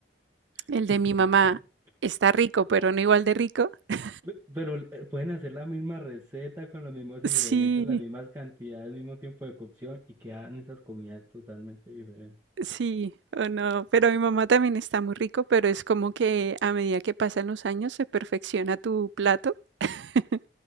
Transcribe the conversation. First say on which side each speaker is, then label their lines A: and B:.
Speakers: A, on the right; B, on the right.
A: <laughs>
B: el de mi mamá está rico, pero no igual de rico. <laughs>
A: Pe- Pero eh, pueden hacer la misma receta con los mismos
B: Sí,
A: ingredientes, las mismas cantidades, el mismo tiempo de cocción y quedan esas comidas totalmente diferentes.
B: sí, o no, pero mi mamá también está muy rico, pero es como que a medida que pasan los años se perfecciona tu plato. <laughs>